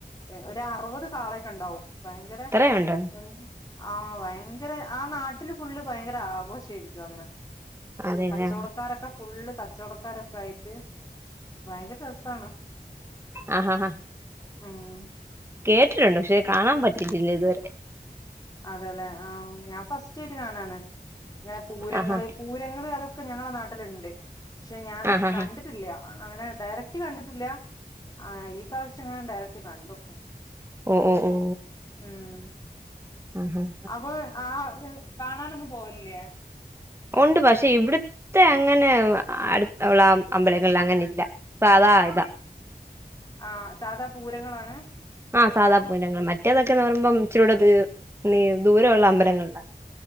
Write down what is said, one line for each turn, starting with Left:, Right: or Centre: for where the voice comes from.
Left: ഒരറുവത് കാളെയൊക്കെ ണ്ടാവും ഭയങ്കര
Right: ഇത്രയുണ്ടോ
Left: എന്ത ആഹ് വയ യങ്കര ആ നാട്ടില് ഫുള്ള് ഭയങ്കര ആഘോഷേയിരിക്കും അന്ന്
Right: അതെല്ലേ
Left: കച്ചോടക്കാരൊക്കെ ഫുള്ള് കച്ചോടക്കാരൊക്കായിട്ട് ഭയങ്കര രസാണ്
Right: ആഹ് ഹാ ഹാ
Left: ഉം
Right: കേട്ടിട്ടുണ്ട് പക്ഷെ കാണാൻ പറ്റിട്ടില്ല ഇതുവരെ
Left: അതെല്ലെ ആഹ് ഞാൻ ഫസ്റ്റായിട്ട് കാണാണ് ഇങ്ങനെ പൂരങ്ങള്
Right: ആഹാ
Left: പൂ രങ്ങള് അതൊക്കെ ഞങ്ങളെ നാട്ടില്ണ്ട് പക്ഷെ ഞാന്
Right: ആഹ് ആഹ്
Left: കണ്ടിട്ട് ട്ടില്ല്യ അങ്ങനെ ഡയറക്റ്റ് കണ്ടിട്ടില്ല ആഹ് ഈ പ്രാവശ്യം ഞാൻ ഡയറക്ട് കണ്ടു
Right: ഉം ഉം ഉം
Left: ഉം
Right: ഉം ഹും
Left: അപ്പൊ ആ തെ കാണാനൊന്നും പോവലില്ല്യേ
Right: ഒണ്ട് പക്ഷെ ഇവി ത്തെ അങ്ങനെ അടുത്തള്ള അം അമ്പലങ്ങളിൽ അങ്ങനില്ല സാധാ ഇതാ
Left: ആഹ് സാധാ പൂരങ്ങളാണ്
Right: ആഹ് സാധാ പൂരങ്ങൾ മറ്റേതൊക്കെന്ന് പറയുമ്പം ഇച്ച് രൂടെ ത് നീ ദൂരെയൊള്ള അമ്പലങ്ങളില